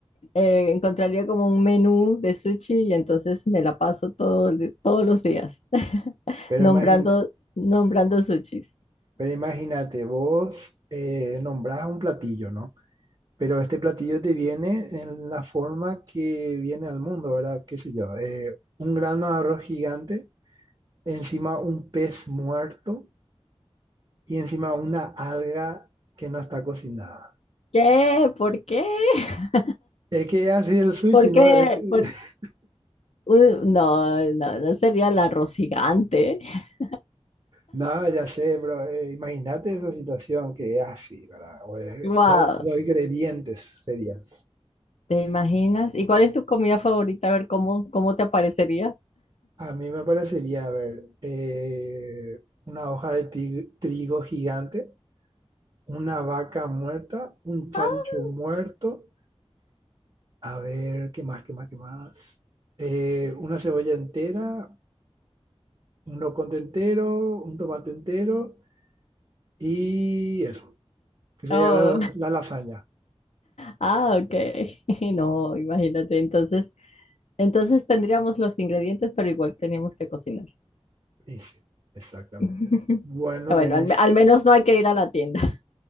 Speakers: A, on the left (about 80°); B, on the right (about 45°).
A: eh, encontraría como un menú de sushi y entonces me la paso todo, el- todos los días <laughs>
B: Pero
A: nombrando,
B: imagina,
A: nombrando sushis.
B: pero imagínate, vos eh, nombrás un platillo, ¿no? Pero este platillo te viene en la forma que viene al mundo, ¿verdad? ¿Qué sé yo? eh, un grano de arroz gigante, encima un pez muerto y encima una alga que no está cocinada.
A: ¿Qué? ¿Por qué? <laughs>
B: Es que así el sushi,
A: ¿Por
B: ¿no?
A: qué?
B: Es que-
A: ¿Por-
B: <laughs>
A: Uh, no, no, no sería el arroz gigante. <laughs>
B: no, ya sé, pero eh, imagínate esa situación que es así, ¿verdad? O, eh,
A: Wow.
B: lo- los ingredientes serían.
A: ¿Te imaginas? ¿Y cuál es tu comida favorita? A ver cómo, cómo te aparecería.
B: A mí me parecería, a ver, eh, una hoja de ti- trigo gigante una vaca muerta, un chancho
A: Ah,
B: muerto, a ver, ¿qué más, qué más, qué más? Eh, una cebolla entera, un loconte entero, un tomate entero y eso, que sería
A: oh,
B: la, la lasaña.
A: ah, ok. <laughs> No, imagínate. Entonces, entonces tendríamos los ingredientes, pero igual teníamos que cocinar.
B: Y sí, exactamente.
A: <laughs>
B: Bueno,
A: Bueno,
B: Lenis,
A: al, al menos no hay que ir a la tienda.